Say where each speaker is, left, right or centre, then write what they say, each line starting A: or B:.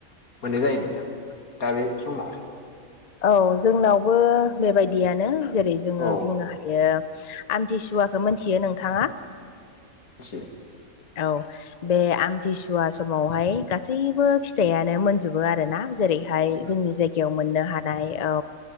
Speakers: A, on the left (about 80°); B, on the left (about 40°).
A: मोननाय जायो नोंथां दा बे समाव
B: औ जोंनावबो बेबायदियानो जेरै जोङो
A: औ
B: बुंनो हा बेयो आमथिसुवाखो मिथियो नोंथाङा
A: <inaudible>
B: औ बे आमथिसुवा समावहाय गासैबो फिथाइयानो मोनजोबो आरोना जेरैहाय
A: औ
B: जोंनि
A: नोंथां
B: जायगायाव मोननो हानाय औ